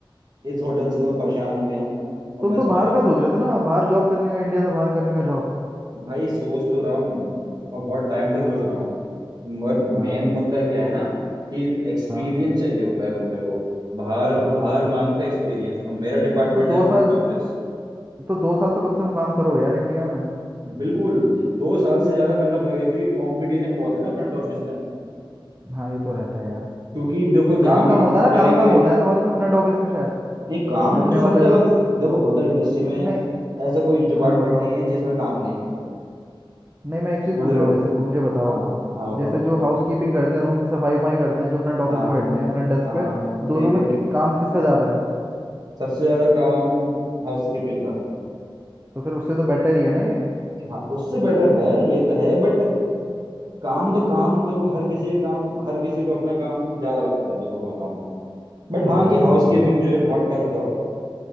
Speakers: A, on the right; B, on the right.
A: इस होटल से तो मैं परेशान हो गया हूँ और
B: तुम
A: मैं
B: तो
A: सोच
B: बाहर
A: रहा
B: का
A: हूँ
B: सोच रहे थे ना बाहर जॉब करने का इंडिया से बाहर करने का जॉब
A: भाई सोच तो रहा हूँ और बहुत टाइम से
B: हाँ
A: सोच रहा हूँ मगर
B: हाँ
A: मेन मुद्दा क्या है ना कि एक्सपीरियंस
B: हाँ
A: चाहिए होता है बंदे को बाहर
B: हाँ
A: बाहर
B: तो एक्सपीरियंस
A: मांगते हैं एक्सपीरियंस अब मेरा डिपार्टमेंट
B: तो दो
A: है फ्रंट
B: साल
A: ऑफिस
B: तो दो साल तो कम से कम काम करो यार इंडिया में
A: बिल्कुल दो साल से ज्यादा करना पड़ेगा क्योंकि कंपटीशन बहुत है ना फ्रंट ऑफिस में
B: हाँ ये तो रहता है यार
A: क्योंकि देखो
B: तो काम
A: जहां
B: काम
A: भी
B: होता है ना
A: जाएंगे
B: काम काम होता है तुम्हारे उसमें फ्रंट ऑफिस में शायद
A: नहीं काम
B: चलने
A: तो
B: वाला
A: सब जगह
B: जा
A: देखो होटल इंडस्ट्री में
B: नहीं
A: ऐसा कोई डिपार्टमेंट
B: हाँ बताओ
A: नहीं है जिसमें काम नहीं होता है
B: नहीं मैं एक चीज़
A: समझ
B: पूछ
A: रहे
B: रहा
A: हो
B: हूँ जैसे मुझे बताओ
A: हाँ हाँ बताओ
B: जैसे जो हाउस कीपिंग करते हैं रूम की सफाई वफाई करते हैं जो फ्रंट ऑफिस
A: हाँ
B: में बैठते
A: हाँ
B: हैं फ्रंट डेस्क
A: हाँ हाँ,
B: पे दोनों
A: ठीक
B: में
A: है
B: कि- काम किसका ज़्यादा है
A: सबसे ज्यादा काम हाउस कीपिंग का
B: तो फिर उससे तो बेटर ही है ना ये
A: हाँ उससे बेटर है ये तो है बट काम तो काम देखो हर किसी का काम हर किसी को अपना काम ज्यादा लगता है देखो मैं बताऊं बट
B: सही
A: हाँ
B: बात
A: कि
B: है
A: हाउस
B: ये तो
A: कीपिंग
B: बात हुआ
A: जो है बहुत टफ जॉब है